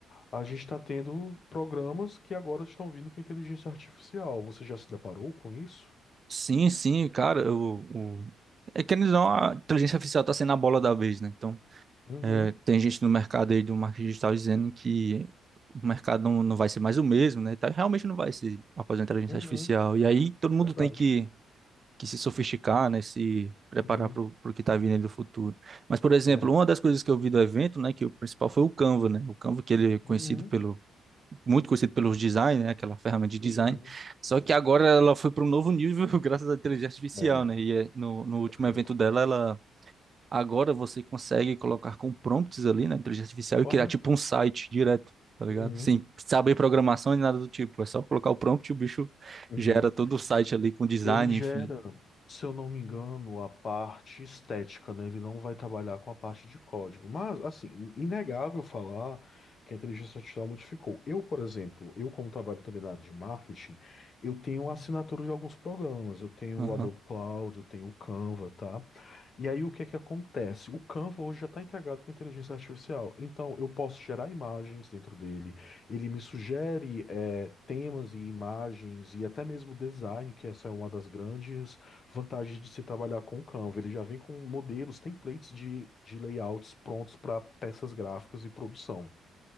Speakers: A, on the left (about 45°); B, on the right (about 40°).
A: a gente está tendo programas que agora estão vindo com inteligência artificial. Você já se deparou com isso?
B: Sim, sim, cara, o, o... é que eles não, a inteligência artificial está sendo a bola da vez, né? Então,
A: Uhum,
B: é, tem gente no mercado aí do marketing digital dizendo que o mercado não, não vai ser mais o mesmo, né? Tá, realmente não vai ser após a inteligência
A: uhum,
B: artificial. E aí todo mundo
A: verdade.
B: tem que, que se sofisticar, né? Se preparar
A: Uhum,
B: para o que está vindo aí do futuro. Mas, por exemplo,
A: é.
B: uma das coisas que eu vi do evento, né, que o principal foi o Canva, né? O Canva que ele é conhecido
A: Uhum,
B: pelo muito conhecido pelos design, né, aquela ferramenta de design.
A: uhum.
B: Só que agora ela foi para um novo nível <laughs> graças à inteligência artificial,
A: É,
B: né? E é, no, no último
A: correto.
B: evento dela, ela agora você consegue colocar com prompts ali na inteligência artificial
A: Correto.
B: e criar tipo um site direto, tá ligado?
A: Uhum,
B: Sem saber programação nem nada do tipo, é só colocar o prompt e o bicho
A: uhum.
B: gera todo o site ali com design,
A: Ele gera,
B: enfim.
A: se eu não me engano, a parte estética, né? Ele não vai trabalhar com a parte de código. Mas, assim, inegável falar que a inteligência artificial modificou. Eu, por exemplo, eu como trabalho também na área de marketing, eu tenho assinatura de alguns programas. Eu tenho
B: Aham,
A: o Adobe Cloud, eu tenho o Canva, tá? E aí, o que é que acontece? O Canva hoje já está integrado com a inteligência artificial. Então, eu posso gerar imagens dentro dele, ele me sugere eh, temas e imagens e até mesmo design, que essa é uma das grandes vantagens de se trabalhar com o Canva. Ele já vem com modelos, templates de, de layouts prontos para peças gráficas e produção.